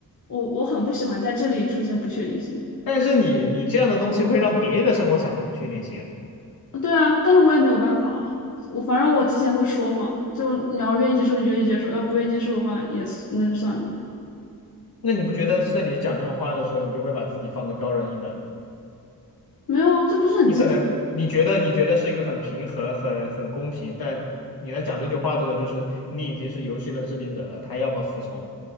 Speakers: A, on the left (about 50°); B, on the left (about 65°).
A: 我我很不喜欢在这里出现不确定性。
B: 但是你你这样的东西会让别人的生活产生不确定性啊
A: 对啊，但是我也没有办法啊。我反正我提前会说嘛，就你要愿意接受就愿意接受，要不愿意接受的话也是那就算了嘛。
B: 那你不觉得在你讲这种话的时候，你就会把自己放得高人一等吗？
A: 没有啊，这不是很基础。
B: 你可能你觉得你觉得是一个很平衡、很很公平，但你在讲这句话的时候，就是你已经是游戏的制定者了，他要么服从，